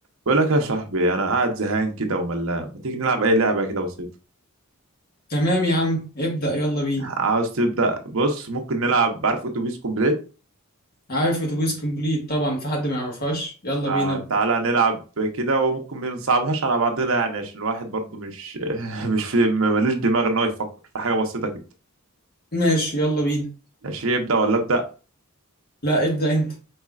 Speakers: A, on the right; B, on the left.
A: بقول لك يا صاحبي انا قاعد زهقان كده وملان ما تيجي نلعب اي لعبه كده بسيطه
B: تمام يا عم ابدأ يلا بينا
A: عاوز تبدا بص ممكن نلعب عارف اتوبيس كومبليت
B: عارف اتوبيس كومبليت طبعا في حد ما يعرفهاش يلا
A: آه،
B: بينا ابدأ
A: تعالى نلعب كده وممكن ما نصعبهاش على بعضنا يعني عشان الواحد برضو مش <laughs> مش في ملوش دماغ ان هو يفكر في حاجه بسيطه كده
B: ماشي يلا بينا
A: ماشي يبدا ولا ابدا
B: لا ابدأ انت